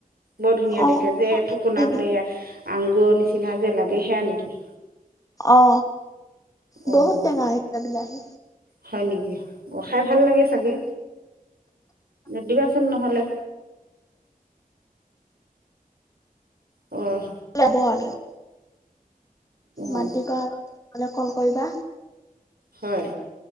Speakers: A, on the right; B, on the left.
A: বৰ ধুনীয়া
B: অ
A: দেখে যে ঠুকুনাত
B: সেইকেইটা
A: এইয়া আ আঙুৰৰ নিচিনা যে লাগে সেইয়া নেকি।
B: অ,
A: অঁ
B: বহুত টেঙা এইগিতা বিলাহী।
A: হয় নেকি অ খাই ভাল লাগে চাগে দিবাচোন নহ'লে। অ'।
B: ল'ব আগে। মাতি
A: অঁ
B: বা আৰু নহ'লে কল কৰিবা।
A: হয়।